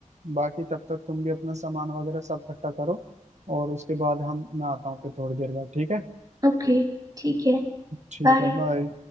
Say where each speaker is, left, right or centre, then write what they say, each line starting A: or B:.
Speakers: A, on the right; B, on the right.
A: बाकी तब तक तुम भी अपना सामान वगैरह सब इकट्ठा करो और उसके बाद हम मैं आता हूँ फिर थोड़ी देर बाद ठीक है
B: ओके ठीक है
A: ठीक
B: बाय
A: है बाय